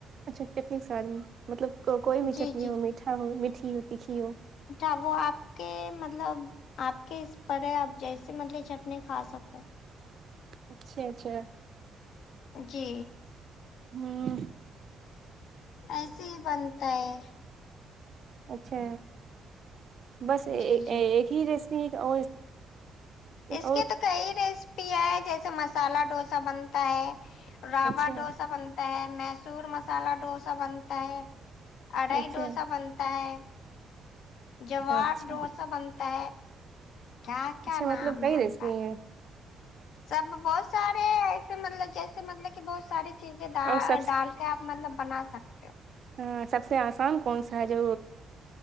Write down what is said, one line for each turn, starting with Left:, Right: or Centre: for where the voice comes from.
Right: اچھا چٹنی کے ساتھ میں مطلب کوئی بھی
Left: جی
Right: چٹنی
Left: جی
Right: ہو میٹھا ہو میٹھی ہو تیکھی ہو
Left: ا وہ آپ کے مطلب آپ کے اس پڑ ہے آپ جیسے مطلب چٹنی کھا سکو
Right: اچھا اچھا
Left: جی
Right: ہمم
Left: ایسے ہی بنتا ہے
Right: اچھا بس
Left: جی جی
Right: ایک ہی ریسیپی اور
Left: اس
Right: اور
Left: کے تو کئی ریسیپیاں ہیں جیسے مسالہ ڈوسا بن تا ہے راوا
Right: اچھا
Left: ڈوسا بنتا ہے میسور مسالہ ڈوسا ا بنتا ہے اڑائی
Right: اچھا
Left: ڈوسا بنتا ہے جوار
Right: اچھا
Left: ڈوسا بنتا ہے کیا کیا
Right: اچھا
Left: نام
Right: مطلب کئی
Left: ہے اللہ
Right: ریسیپی ہیں
Left: ب بہت سارے ایسے مطلب جیسے مطلب کہ بہت ساری چیزیں ڈال
Right: اور سب
Left: ڈال کیا آپ مطلب بنا سکتے ہو
Right: ہاں سب سے آسان کون سا ہے جو